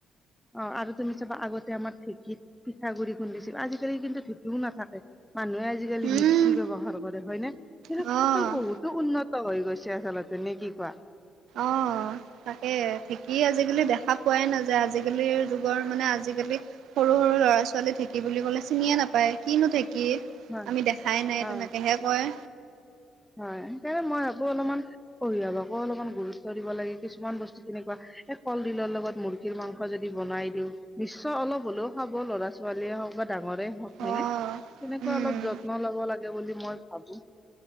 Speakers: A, in the centre; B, on the right.
A: অ'! আৰু তুমি চাবা! আগতে, আমাৰ ঢেঁকীত পিঠাগুৰি খুন্দিছিল। আজিকালি কিন্তু, ঢেঁকীও নাথাকে। মানুহে, আজিকালি,
B: উম,
A: মিক্সি ব্যৱহাৰ কৰে, হয় নে? <unintelligible>
B: অ'।
A: বহুত ত' উন্নত হৈ গৈছে। আচলতে, নে কি কোৱা?
B: অ'! তাকে, ঢেঁকী আজিকালি, দেখা পোৱাই নাযায়। আজিকালিৰ যুগৰ মানে, আজিকালি সৰু -সৰু, লৰা- ছোৱালী, ঢেঁকী বুলি ক'লে, চিনিয়ে নাপায়। কিনো ঢেঁকী?
A: হয়
B: আমি দেখাই নাই,
A: হয়
B: তেনেকেহে কয়।
A: হয়! সেইকাৰণে, মই আকৌ, অলপমান পৰিয়ালকো অলপমান, গুৰুত্ব দিব লাগে। কিছুমান বস্তু, কেনেকুৱা? এ, কলডিলৰ লগত মুৰ্গী মুৰ্গী মাংস যদি বনাই দিওঁ, নিশ্চয়! অলপ হ'লেও খাব, ল'ৰা -ছোৱালীয়ে হওঁক বা ডাঙৰে হওঁক। হয়
B: অ',
A: নে? তেনেকুৱা
B: উম,
A: অলপ, যত্ন লব লাগে বুলি মই ভাবোঁ!